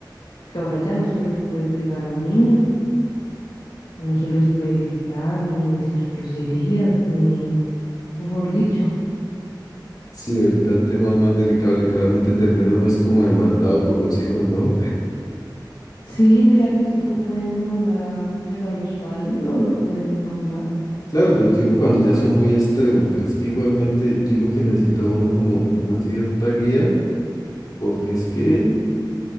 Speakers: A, on the left; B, on the left.
A: que ahora ya no se les puede pegar a un niño, ya no se les puede gritar ni decir groserías, ni mejor dicho.
B: Sí, ahorita el tema es más delicado. Literalmente termina no es como demandado por los hijos, ¿no?
A: Sí, mira que sí lo pueden demandar a, pues a los padres lo, lo pueden demandar,
B: Claro, pero yo digo cuando ya son muy extremos, pero es que igualmente yo digo que necesita uno como una cierta guía, porque es que.